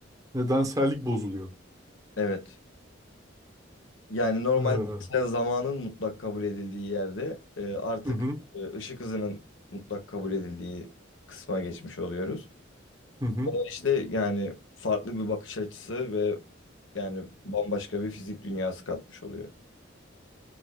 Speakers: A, on the right; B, on the left.
A: nedensellik bozuluyor.
B: Evet. Yani normal
A: Ee, hı
B: mesela zamanın mutlak kabul edildiği yerde e, artık
A: hı,
B: e, ışık hızının mutlak kabul edildiği kısma geçmiş oluyoruz.
A: hı hı.
B: O da işte yani farklı bir bakış açısı ve yani bambaşka bir fizik dünyası katmış oluyor.